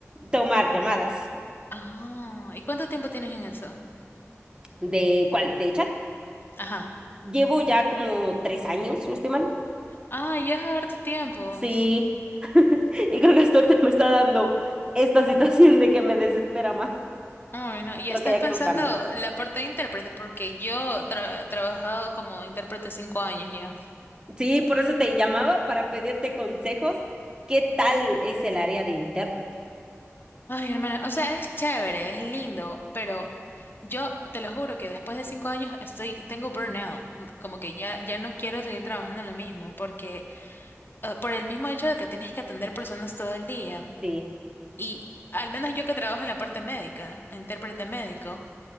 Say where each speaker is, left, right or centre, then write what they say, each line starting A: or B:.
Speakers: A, on the right; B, on the left.
A: tomar llamadas.
B: Ah, ¿y cuánto tiempo tienes en eso?
A: ¿De cuál? ¿De chat?
B: Ajá.
A: Llevo ya como tres años, si no estoy mal.
B: Ah, ya es harto tiempo.
A: Sí. <laughs> Y creo que hasta ahorita me está dando esta situación de que me desespera más.
B: Ay, no. Y
A: Creo
B: estás
A: que ya
B: pensando
A: quiero un cambio.
B: la parte de intérprete, porque yo tra- he trabajado como intérprete cinco años ya.
A: Sí, por eso te llamaba para pedirte consejos. ¿Qué tal es el área de intérprete?
B: Ay, hermana, o sea, es chévere, es lindo, pero yo te lo juro que después de cinco años estoy, tengo burnout, como que ya, ya no quiero seguir trabajando en lo mismo, porque eh, por el mismo hecho de que tienes que atender personas todo el día,
A: Sí.
B: y al menos yo que trabajo en la parte médica, intérprete médico,